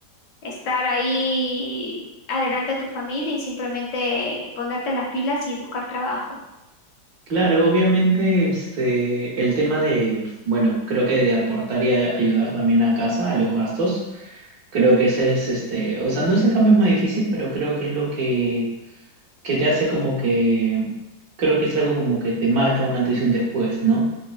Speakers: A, on the left; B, on the right.
A: estar ahí adelante de tu familia y simplemente ponerte las pilas y buscar trabajo.
B: Claro, obviamente este, el tema de, bueno, creo que de aportar y a- ayudar también a casa, a los gastos, creo que ese es, este, o sea, no es el cambio más difícil, pero creo que es lo que que te hace como que, creo que es algo como que te marca un antes y un después, ¿no?